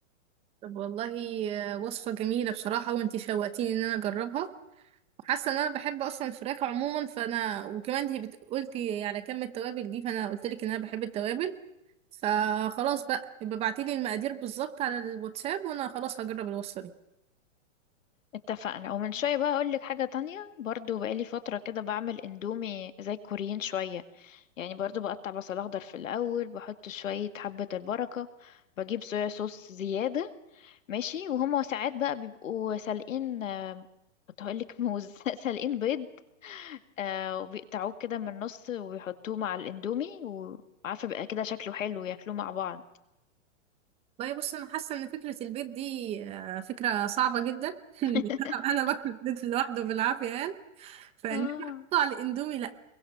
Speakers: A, on the right; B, on the left.
A: طب والله آه، وصفة جميلة بصراحة وانتي شوقتيني ان انا اجربها وحاسة ان انا بحب اصلا الفراخ عموما فانا وكمان انتي بت- قلتي على كم التوابل دي فانا قلتلك ان انا بحب التوابل فخلاص بقى يبقى ابعتيلي المقادير بالظبط على الواتساب وانا خلاص هجرب الوصفة دي
B: اتفقنا ومن شوية بقى أقولك حاجة تانية برضو بقالي فترة كده بعمل اندومي زي الكوريين شوية يعني برضو بقطع بصل أخضر في الأول بحط شوية حبة البركة بجيب صويا صوص زيادة ماشي وهما ساعات بقى بيبقوا سالقين آه، كنت هقولك موز <laughs> سالقين بيض آه، وبيقطعوه كده من النص وبيحطوه مع الاندومي وعارفة بقى كده شكله حلو ياكلوه مع بعض
A: والله بص انا حاسه ان فكره البيت دي آه، فكره صعبه جدا <laughs> انا
B: <laughs>
A: أنا باكل البيض لوحده بالعافيه يعني فان
B: آه.
A: انا احطه على الاندومي لا